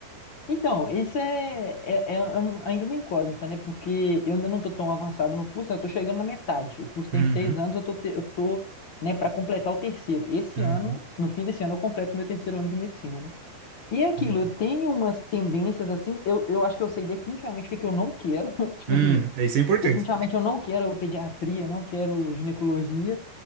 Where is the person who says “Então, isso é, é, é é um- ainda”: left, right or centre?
Left